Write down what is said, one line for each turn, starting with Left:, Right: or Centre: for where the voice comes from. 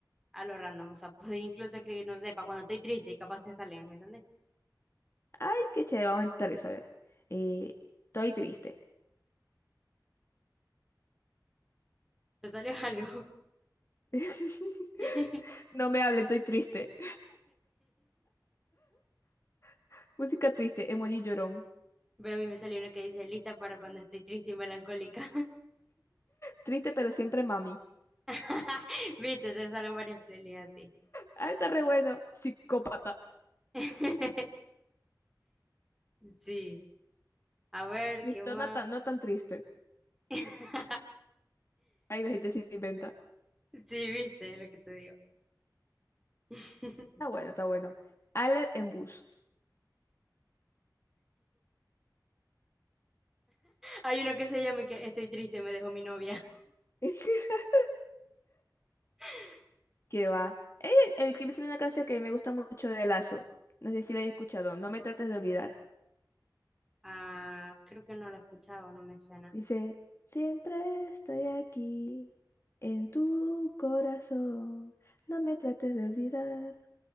Centre: a lo random. O sea, <laughs> podéis incluso escribir, no sé, para cuando estoy triste y capaz te salen, ¿me entendés?
Left: Ay, qué chévere. Vamos a intentar eso. A ver. Eh, estoy triste.
Centre: Te salió algo.
Left: <laughs>
Centre: <laughs>
Left: No me hable, estoy triste. <laughs> Música triste, emoji llorón.
Centre: Veo a mí me salió uno que dice lista para cuando estoy triste y melancólica.
Left: Triste, pero siempre mami.
Centre: <laughs> Viste, te salen varias playlists así.
Left: Ah, está re bueno. Psicópata.
Centre: <laughs> Sí. A ver,
Left: Tristona
Centre: ¿qué más?
Left: tan, no tan triste.
Centre: <laughs>
Left: Ahí la gente se inventa.
Centre: Sí, viste, es lo que te digo. <laughs>
Left: Está bueno, está bueno. Aller en bus.
Centre: Hay uno que se llama y que estoy triste, me dejó mi novia.
Left: <laughs>
Centre: <laughs>
Left: ¿Qué va? Eh, El, que me sale una canción que me gusta mucho de Lazo. No sé si la hayas escuchado. No me trates de olvidar.
Centre: Ah, creo que no la he escuchado, no me suena.
Left: Dice, siempre estoy aquí, en tu corazón. No me trates de olvidar.